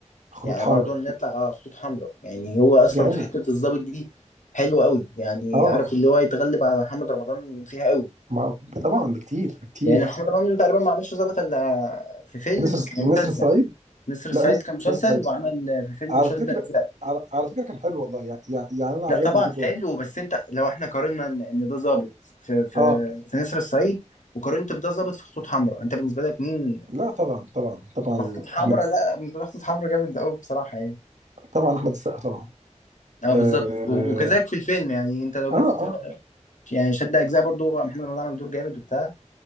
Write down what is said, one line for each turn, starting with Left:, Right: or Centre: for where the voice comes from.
Right: خطوط
Left: يعني
Right: حمراء
Left: برضو نطلع على خطوط حمراء يعني هو اصلا
Right: جامد
Left: في حته الضابط دي حلو قوي يعني
Right: اه
Left: عارف اللي هو يتغلب على محمد رمضان فيها قوي
Right: ما طبعا بكتير بكتير
Left: لان محمد رمضان تقريبا ما عملش ضابط الا في فيلم
Right: نسر
Left: ومسلسل
Right: نسر الصعيد
Left: نسر
Right: لا
Left: الصعيد
Right: نسر
Left: كان مسلسل
Right: نسر الصعيد
Left: وعمل في فيلم
Right: على
Left: شد
Right: فكره
Left: اجزاء
Right: على, على فكره كان حلو والله يعني, يعني انا
Left: لا
Right: عجبني
Left: طبعا
Right: جدا
Left: حلو بس انت لو احنا قارنا ان إن ده ضابط في في
Right: اه
Left: في نسر الصعيد وقارنت بده ضابط في خطوط حمراء انت بالنسبه لك مين
Right: لا طبعا طبعا طبعا
Left: في خطوط حمراء
Right: احمد
Left: لا بالنسبه لك خطوط حمراء جامد قوي بصراحه يعني
Right: طبعا احمد السقا طبعا
Left: اه
Right: اه
Left: بالظبط و- وكذلك في الفيلم يعني انت لو
Right: اه,
Left: جيت
Right: آه
Left: يعني شد اجزاء برضو محمد رمضان عمل دور جامد وبتاع